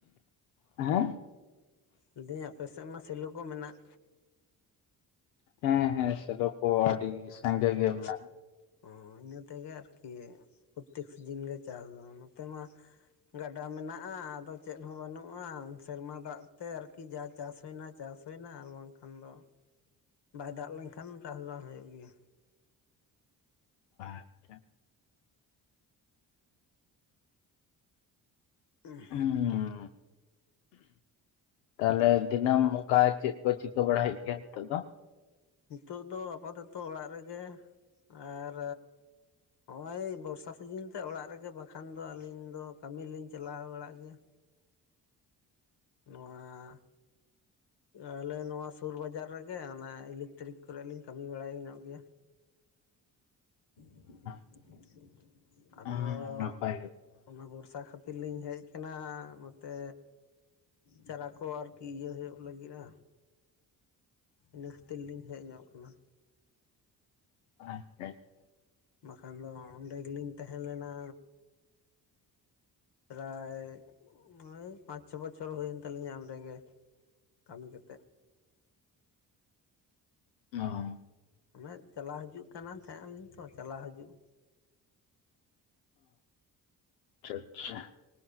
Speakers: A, on the left (about 75°); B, on the left (about 55°).
A: ᱦᱮᱸ
B: ᱞᱟᱹᱭᱫᱟᱹᱧ ᱟᱯᱮ ᱥᱮᱫ ᱢᱟ ᱥᱮᱞᱚ ᱠᱚ ᱢᱮᱱᱟᱜ
A: ᱦᱮᱸ ᱦᱮᱸ ᱥᱮᱞᱚ ᱠᱚ ᱟᱹᱰᱤ ᱥᱟᱸᱜᱮ ᱜᱮ ᱢᱮᱱᱟᱜᱼᱟ᱾
B: ᱚ ᱤᱱᱟᱹ ᱛᱮᱜᱮ ᱟᱨᱠᱤ ᱯᱨᱚᱛᱮᱠ ᱥᱤᱡᱤᱱ ᱜᱮ ᱪᱟᱥ ᱫᱚ ᱱᱚᱛᱮ ᱢᱟ ᱜᱟᱰᱟ ᱢᱮᱱᱟᱜᱼᱟ ᱟᱫᱚ ᱪᱮᱫ ᱦᱚᱸ ᱵᱟᱹᱱᱩᱜᱼᱟ ᱥᱮᱨᱢᱟ ᱫᱟᱜ ᱛᱮ ᱟᱨᱠᱤ ᱡᱟ ᱪᱟᱥ ᱦᱩᱭᱮᱱᱟ ᱪᱟᱥ ᱦᱩᱭᱮᱱᱟ ᱟᱨ ᱵᱟᱝᱠᱷᱟᱱ ᱫᱚ ᱵᱟᱭ ᱫᱟᱜ ᱞᱮᱱᱠᱷᱟᱱ ᱪᱟᱥ ᱵᱟᱝ ᱦᱩᱭᱩᱜ ᱜᱮᱭᱟ᱾
A: ᱟᱪᱪᱷᱟ
B: ᱩᱸ
A: ᱦᱩᱸ ᱛᱟᱦᱚᱞᱮ ᱫᱤᱱᱟᱹᱢ ᱚᱱᱠᱟ ᱪᱮᱫ ᱠᱚ ᱪᱤᱠᱟᱹ ᱵᱟᱲᱟᱭᱮᱫ ᱜᱮᱭᱟ ᱱᱤᱛᱚᱜ ᱫᱚ?
B: ᱱᱤᱛᱚᱜ ᱫᱚ ᱟᱯᱟᱛᱚᱛᱚ ᱚᱲᱟᱜ ᱨᱮᱜᱮ ᱟᱨ ᱦᱚᱜᱼᱚᱭ ᱵᱚᱨᱥᱟ ᱥᱤᱡᱤᱱ ᱛᱮ ᱚᱲᱟᱜ ᱨᱮᱜᱮ ᱵᱟᱠᱷᱟᱱ ᱫᱚ ᱟᱹᱞᱤᱧ ᱫᱚ ᱠᱟᱹᱢᱤ ᱞᱤᱧ ᱪᱟᱞᱟᱣ ᱵᱟᱲᱟᱜ ᱜᱮᱭᱟ᱾ ᱱᱚᱣᱟ ᱟᱞᱮ ᱱᱚᱣᱟ ᱥᱩᱨ ᱵᱟᱡᱟᱨ ᱨᱮᱜᱮ ᱚᱱᱮ ᱤᱞᱮᱠᱴᱨᱤᱠ ᱠᱚᱨᱮ ᱞᱤᱧ ᱠᱟᱹᱢᱤ ᱵᱟᱲᱟᱭ ᱧᱚᱜ ᱜᱮᱭᱟ᱾ <inaudible>
A: <inaudible>
B: ᱟᱫᱚ
A: ᱱᱟᱯᱟᱭ ᱜᱮ ᱟᱪᱪᱷᱟ
B: ᱚᱱᱟ ᱵᱷᱚᱨᱥᱟ ᱠᱷᱟᱹᱛᱤᱨ ᱞᱤᱧ ᱦᱮᱡ ᱟᱠᱟᱱᱟ ᱱᱚᱛᱮ ᱪᱟᱨᱟ ᱠᱚ ᱟᱨᱠᱤ ᱤᱭᱟᱹ ᱦᱩᱭᱩᱜ ᱞᱟᱹᱜᱤᱫᱼᱟ ᱵᱮᱥ ᱛᱮᱛ ᱞᱤᱧ ᱦᱮᱡ ᱧᱚᱜ ᱟᱠᱟᱱᱟ
A: ᱟᱪᱪᱷᱟ ᱟᱪᱪᱷᱟ
B: ᱵᱟᱠᱷᱟᱱ ᱫᱚ ᱚᱸᱰᱮ ᱜᱮᱞᱤᱧ ᱛᱟᱦᱮᱸ ᱞᱮᱱᱟ ᱯᱨᱟᱭ ᱳᱭ ᱯᱟᱸᱪ ᱪᱷᱚ ᱵᱚᱪᱷᱚᱨ ᱦᱩᱭᱮᱱ ᱛᱟᱞᱤᱧᱟ ᱚᱸᱰᱮᱜᱮ ᱠᱟᱹᱢᱤ ᱠᱟᱛᱮᱫ
A: ᱟᱪᱪᱷᱟ
B: ᱚᱱᱮ ᱪᱟᱞᱟᱣ ᱦᱤᱡᱩᱜ ᱠᱟᱱ ᱛᱟᱦᱮᱸᱱᱟ ᱞᱤᱧ ᱛᱚ ᱪᱟᱞᱟᱣ ᱦᱤᱡᱩᱜ
A: ᱟᱪᱪᱷᱟ ᱟᱪᱪᱷᱟ